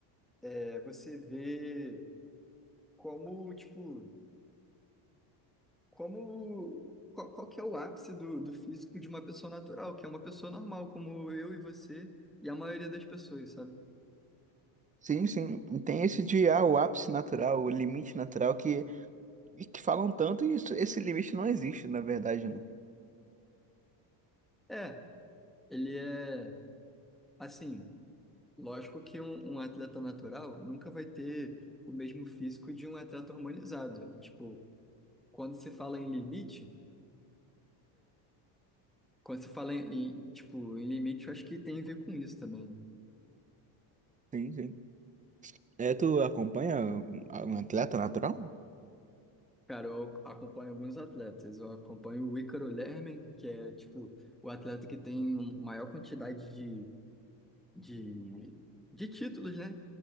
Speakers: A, in the centre; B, on the right.
A: é, você ver como, tipo, como, qual, qual que é o ápice do, do físico de uma pessoa natural, que é uma pessoa normal, como eu e você e a maioria das pessoas, sabe?
B: Sim, sim. E Tem esse de ah, o ápice natural, o limite natural que, e que falam tanto e isso, esse limite não existe, na verdade, não.
A: É, ele é, assim. Lógico que um, um atleta natural nunca vai ter o mesmo físico de um atleta hormonizado. Tipo, quando se fala em limite, quando se fala em, em, tipo, em limite, eu acho que tem a ver com isso também.
B: Sim, sim. É, tu acompanha um um atleta natural?
A: Cara, eu acompanho alguns atletas. Eu acompanho o Ícaro Lermen, que é, tipo, o atleta que tem um, maior quantidade de, de, de títulos, né?